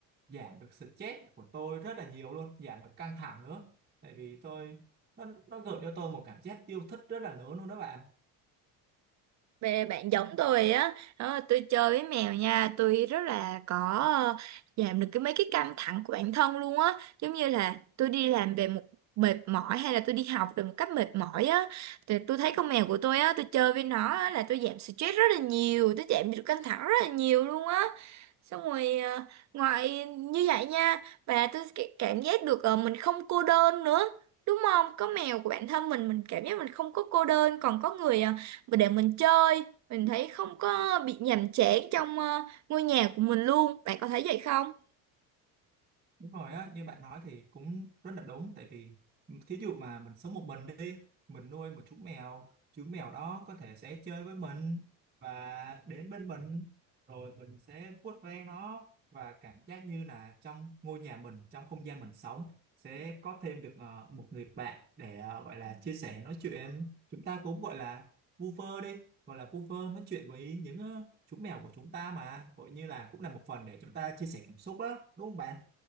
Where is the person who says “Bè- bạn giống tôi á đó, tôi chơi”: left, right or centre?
Right